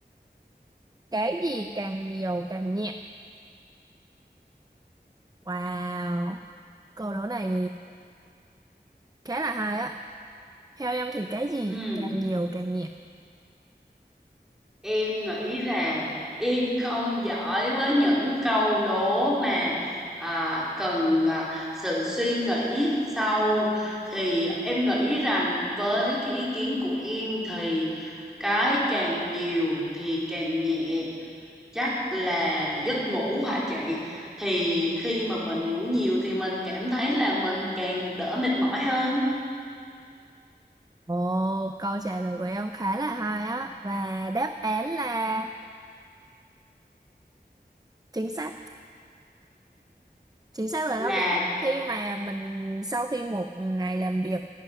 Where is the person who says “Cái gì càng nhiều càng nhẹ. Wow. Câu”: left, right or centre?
Right